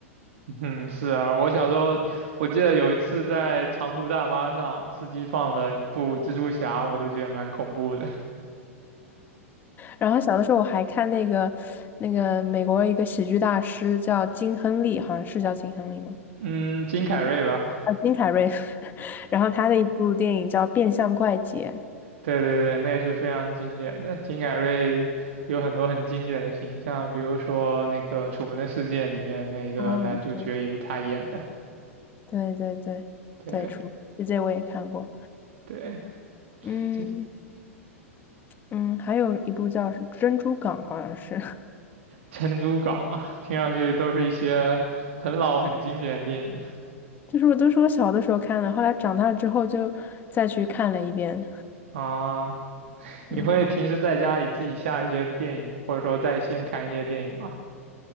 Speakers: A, on the right (about 60°); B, on the left (about 25°).
A: <laughs> 嗯，是啊，我小时候我记得有一次在长途大巴上，司机放了一部蜘蛛侠，我都觉得蛮恐怖的。<laughs>
B: 然后小的时候我还看那个那个美国一个喜剧大师叫金亨利，好像是叫金亨利吗？
A: 嗯，金凯瑞吧，
B: 啊，金凯瑞。<laughs> 然后他的一部电影叫《变相怪杰》。
A: 对对对，那也是非常经典的。金凯瑞有很多很经典的形象，比如说那个《楚门的世界》里面那个男主角也是他演的。
B: 啊，对对对对对，
A: 对
B: 《出门世界》我也看过。
A: 对，
B: 嗯
A: 金
B: 嗯，还有一部叫是《珍珠港》，好像是。
A: 珍珠港嘛，听上去都是一些很老很经典的电影
B: 就是我都是我小的时候看的，后来长大之后就再去看了一遍。
A: 啊。你会平时在家里自己下一些电影，
B: 嗯
A: 或者说在线看一些电影吗？